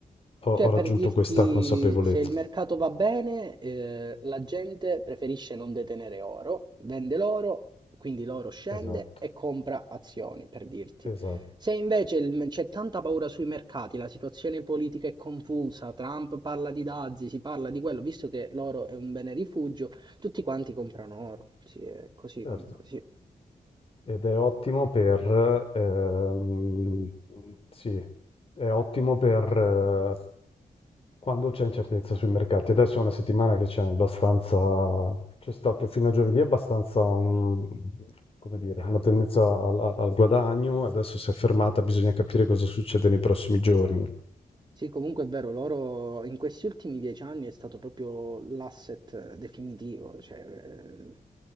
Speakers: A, on the left; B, on the right.
A: ho
B: Cioè,
A: ho raggiunto
B: per dirti,
A: questa consapevolezza.
B: se il mercato va bene, eh, la gente preferisce non detenere oro, vende l'oro, quindi l'oro scende
A: Esatto,
B: e compra azioni, per dirti.
A: esatto.
B: Se invece il- c'è tanta paura sui mercati, la situazione politica è confusa, Trump parla di dazi, si parla di quello, visto che l'oro è un bene rifugio, tutti quanti comprano oro. Sì, è così
A: Certo.
B: comunque, sì.
A: Ed è ottimo per, ehm, sì, è ottimo per eh, quando c'è incertezza sui mercati. Adesso è una settimana che c'è abbastanza, c'è stato fino a giovedì abbastanza un- come dire, una tendenza al, al guadagno, adesso si è fermata, bisogna capire cosa succede nei prossimi giorni.
B: Sì, comunque è vero, loro in questi ultimi dieci anni è stato proprio l'asset definitivo, cioè eh,